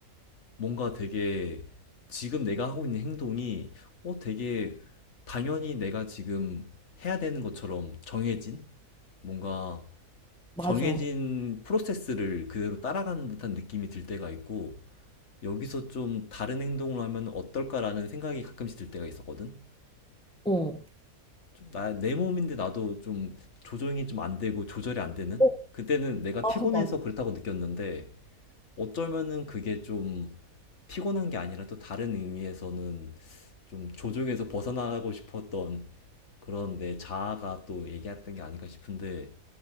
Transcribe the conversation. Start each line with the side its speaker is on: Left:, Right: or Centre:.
Left: 뭔가 되게 지금 내가 하고 있는 행동이 어 되게 당연히 내가 지금 해야 되는 것처럼 정해진 뭔가
Centre: 맞아.
Left: 정해진 프로세스를 그대로 따라가는 듯한 느낌이 들 때가 있고 여기서 좀 다른 행동을 하면 어떨까라는 생각이 가끔씩 들 때가 있었거든.
Centre: 어.
Left: 좀 나, 내 몸인데 나도 좀 조정이 좀 안 되고 조절이 안 되는?
Centre: 어,
Left: 그때는 내가
Centre: 맞아,
Left: 피곤해서
Centre: 맞아.
Left: 그렇다고 느꼈는데 어쩌면은 그게 좀 피곤한 게 아니라 또 다른 의미에서는 좀 조종에서 벗어나고 싶었던 그런 내 자아가 또 얘기했던 게 아닌가 싶은데